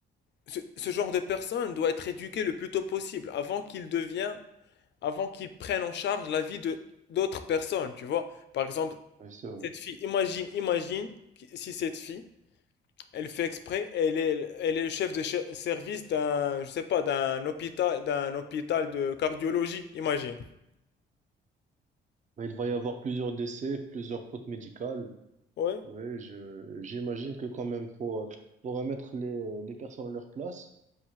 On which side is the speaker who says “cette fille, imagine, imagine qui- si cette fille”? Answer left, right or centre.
Left